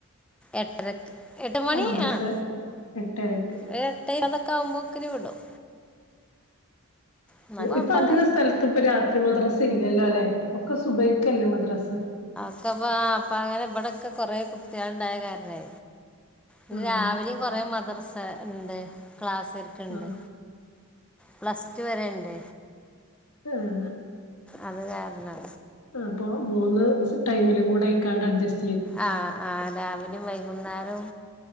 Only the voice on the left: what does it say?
ആ മദ്രസ
എട്ടരക്ക്
ഇപ്പൊ അധിക സ് സ്ഥലത്ത്പ്പ രാത്രി മദ്രസില്ലല്ലോല്ലെ ഒക്കെ സുബഹിക്കല്ലേ മദ്രസ്സ്
ആഹ്
ആഹ്
ആഹ്
അപ്പൊ മൂന്ന് ടൈമിലും കൂടായിക്കാണ്ടഡ്ജസ്റ്റ്